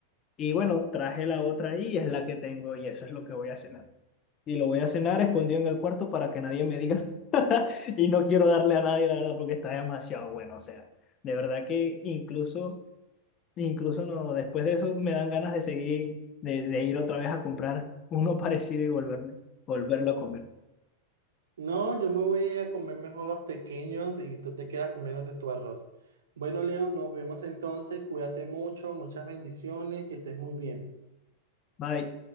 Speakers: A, on the left (about 30°); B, on the right (about 65°).
A: Y bueno, traje la otra ahí y es la que tengo y eso es lo que voy a cenar. Y lo voy a cenar escondido en el cuarto para que nadie me diga. <laughs> Y no quiero darle a nadie, la verdad, porque está demasiado bueno. O sea, de verdad que incluso e Incluso no, después de eso me dan ganas de seguir, de, de ir otra vez a comprar uno <laughs> parecido y volverme, volverlo a comer.
B: No, yo me voy a comer mejor los pequeños y tú te quedas comiéndote tu arroz. Bueno, Leo, nos vemos entonces, cuídate mucho, muchas bendiciones, que estés muy bien.
A: Bye.